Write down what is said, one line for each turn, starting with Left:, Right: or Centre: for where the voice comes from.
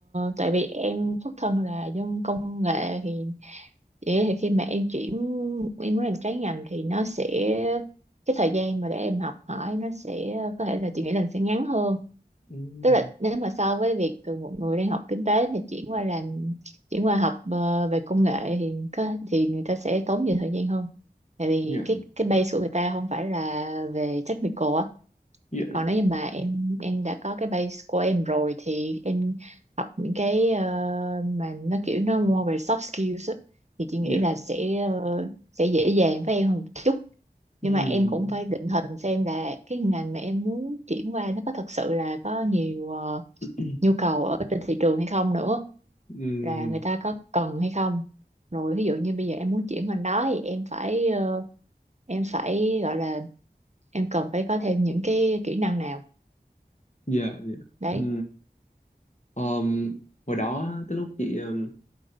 Right: tại vì em xuất thân là dân công nghệ thì chị nghĩ thì khi mà em chuyển em muốn làm trái ngành thì nó sẽ cái thời gian mà để em học hỏi nó sẽ có thể là chị nghĩ là sẽ ngắn hơn
Left: ừ
Right: tức là nếu mà so với việc từ một người đang học kinh tế thì chuyển qua làm chuyển qua học ờ, về công nghệ thì có thì người ta sẽ tốn nhiều thời gian hơn tại vì
Left: dạ
Right: cái cái base của người ta không phải là về technical á
Left: dạ
Right: còn nếu như mà em em đã có cái base của em rồi thì em học những cái ờ, mà nó kiểu nó more về soft skills á, thì chị nghĩ
Left: dạ
Right: là sẽ ờ, sẽ dễ dàng với em hơn một chút
Left: ừ
Right: nhưng mà em cũng phải định hình xem là cái ngành mà em muốn chuyển qua nó có thật sự là có nhiều ờ,
Left: <clears throat>
Right: nhu cầu ở trên thị trường hay không nữa
Left: ừ
Right: là người ta có cần hay không rồi ví dụ như bây giờ em muốn chuyển ngành đó thì em phải ờ, em phải gọi là em cần phải có thêm những cái kỹ năng nào
Left: dạ dạ
Right: đấy
Left: ừ Ờm, hồi đó cái lúc chị ờm,